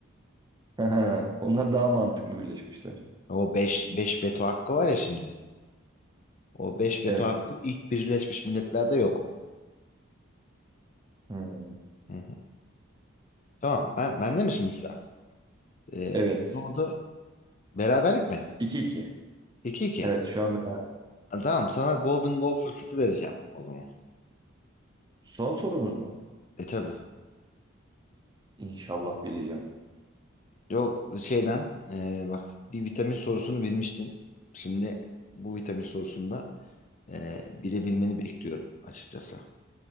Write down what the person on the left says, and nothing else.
O beş beş veto hakkı var ya şimdi. O 5 veto
hakkı ilk Birleşmiş Milletler'de yok.
Hı hı. Tamam. Ben bende mi şimdi sıra? Ee,
ne oldu? Beraberlik mi?
2 iki.
Ha, Tamam, sana Golden Goal fırsatı vereceğim o zaman.
E tabi.
Yok şeyden e, bak bir vitamin sorusunu bilmiştin. Şimdi bu vitamin sorusunda e, bilebilmeni bekliyorum açıkçası.